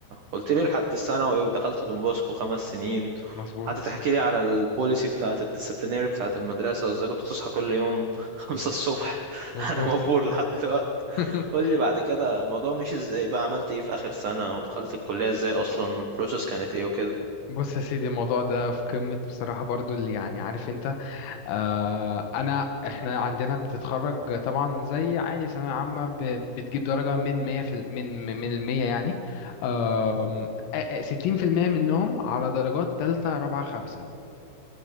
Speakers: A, on the right (about 80°); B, on the left (about 80°).
A: قلت لي لحد الثانوي ودخلت دون بوسكو خمس سنين
B: مظبوط
A: قعدت تحكي لي على البوليسي بتاعة الديسيبلينيري بتاعة المدرسة وازاي كنت بتصحى كل يوم <laughs> خمسة
B: مهم.
A: الصبح
B: مظبوط
A: انا مبهور لحد دلوقتي
B: <laughs>
A: قول لي بعد كده الموضوع مشي ازاي بقى عملت ايه في اخر سنة ودخلت الكلية ازاي اصلا البروسيس كانت ايه وكده
B: بص يا سيدي الموضوع ده في قمة بصراحة برضو اللي يعني عارف انت آه انا احنا عندنا بتتخرج طبعا زي عادي ثانوية عامة ب- بتجيب درجة من 100 في من من المية يعني آم، آه 60% منهم على درجات تالتة رابعة خمسة